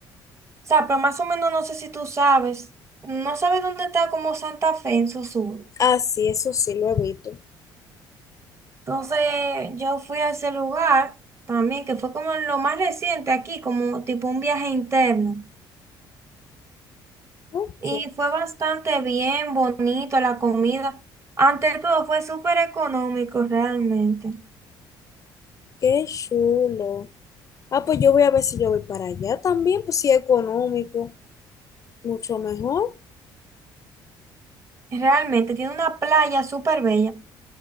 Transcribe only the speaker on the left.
Ah, sí, eso sí lo he visto.
Ok,
qué chulo. Ah, pues yo voy a ver si yo voy para allá también, pues sí, económico, mucho mejor.